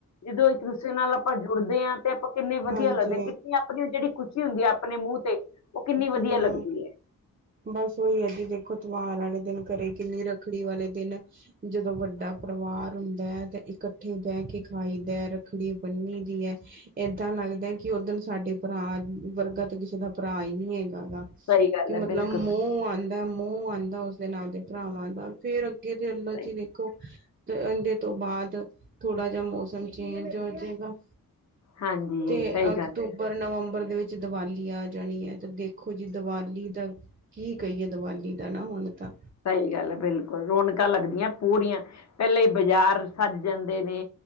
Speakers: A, on the left; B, on the right.
A: ਜਦੋਂ ਇੱਕ-ਦੂਸਰੇ ਨਾਲ ਆਪਾਂ ਜੁੜਦੇ ਆ। ਤੇ ਆਪਾਂ ਕਿੰਨੇ ਵਧੀਆ
B: ਹਾਂਜੀ
A: ਲੱਗਦੇ, ਕਿੰਨੀ ਆਪਣੀ ਜਿਹੜੀ ਖੁਸ਼ੀ ਹੁੰਦੀ ਐ, ਆਪਣੇ ਮੂੰਹ ਤੇ ਉਹ ਕਿੰਨੀ ਵਧੀਆ
B: ਹੂੰ
A: ਲੱਗਦੀ ਐ।
B: ਬਸ ਉਹੀ ਐ ਜੀ, ਦੇਖੋਂ ਤਿੳਹਾਰ ਵਾਲੇ ਦਿਨ ਘਰੇ, ਕਿੰਨੀ ਰੱਖੜੀ ਵਾਲੇ ਦਿਨ ਜਦੋਂ ਵੱਡਾ ਪਰਿਵਾਰ ਹੁੰਦਾ ਐ ਤੇ ਇਕੱਠੇ ਬਹਿ ਕੇ ਖਾਈ ਦਾ, ਰੱਖੜੀ ਬੰਨੀ ਦੀ ਐ। ਏਦਾਂ ਲੱਗਦਾ ਕਿ ਓ ਦਿਨ ਸਾਡੇ ਭਰਾ ਵਰਗਾ ਤੇ ਕਿਸੇ ਦਾ ਭਰਾ ਈ ਨੀ ਹੈਗਾ ਗਾ।
A: ਸਹੀ ਗੱਲ
B: ਕਿ ਮਤਲਬ
A: ਹੈ ਬਿਲਕੁਲ ਸਹੀ
B: ਮੋਹ ਆਦਾ, ਮੋਹ ਆਦਾ ਉਸ ਦਿਨ ਆਪਦੇ ਭਰਾਵਾਂ ਦਾ, ਫੇਰ ਅੱਗੇ ਚਲੋਂ
A: ਸਹੀ।
B: ਜੀ ਵੇਖੋ ਤੋਂ ਆਦੇ ਬਾਅਦ ਥੋੜ੍ਹਾ ਜਾ ਮੌਸਮ ਚੇਂਜ ਹੋਜੇਗਾ।
A: ਹਾਂਜੀ
B: ਤੇ
A: ਸਹੀ
B: ਅਕਤੂਬਰ
A: ਗੱਲ ਹੈ
B: ਨਵੰਬਰ ਦੇ ਵਿੱਚ ਦੀਵਾਲੀ ਆ ਜਾਣੀ ਐ, ਤੇ ਦੇਖੋ ਜੀ ਦੀਵਾਲੀ ਦਾ ਕੀ ਕਹੀਏ ਦੀਵਾਲੀ ਦਾ ਨਾ ਹੁਣ ਤਾਂ।
A: ਸਹੀ ਗੱਲ ਐ, ਬਿਲਕੁਲ ਰੌਣਕਾਂ ਲੱਗਦੀਆਂ ਪੂਰੀਆਂ, ਪਹਿਲੇ ਈ ਬਾਜ਼ਾਰ ਸੱਜ ਜਾਂਦੇ ਨੇ।